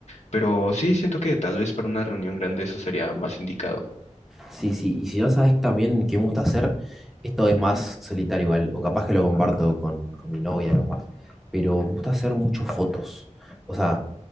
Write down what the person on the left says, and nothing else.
Pero sí, siento que tal vez para una reunión grande eso sería más indicado.
Ujú,